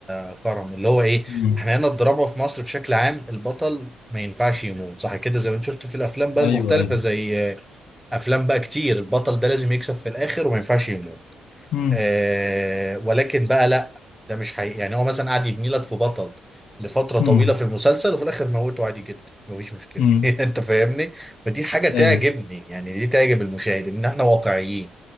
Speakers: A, in the centre; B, on the left.
A: يا كرم اللي هو ايه
B: مم.
A: احنا هنا الدراما في مصر بشكل عام البطل ما ينفعش يموت صح كده زي ما انت شفت في الافلام بقى
B: أيوه
A: المختلفه
B: أيوه
A: زي آه، افلام بقى كتير البطل ده لازم يكسب في الاخر وما ينفعش يموت
B: مم.
A: آه ولكن بقى لا ده مش حقيقي يعني هو مثلا قاعد يبني لك في بطل لفترة طويلة
B: مم.
A: في المسلسل وفي الآخر موته عادي جدا مفيش مشكلة
B: مم.
A: <laughs> أنت فاهمني؟ فدي حاجة تعجبني
B: أيوه
A: يعني دي تعجب المشاهد إن إحنا واقعيين